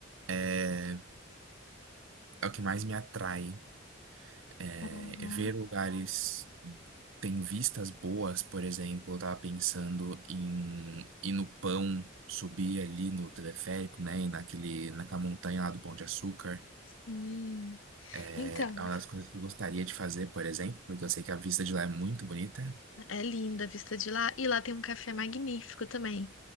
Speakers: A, on the right; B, on the left.
A: é, é o que mais me atrai. É,
B: Aham.
A: é ver lugares que têm vistas boas, por exemplo, eu tava pensando em ir no Pão, subir ali no teleférico, né, naquele, naquela montanha lá do Pão de Açúcar.
B: Sim.
A: É
B: Então,
A: é uma das coisas que eu gostaria de fazer, por exemplo, porque eu sei que a vista de lá é muito bonita.
B: é linda a vista de lá. E lá tem um café magnífico também.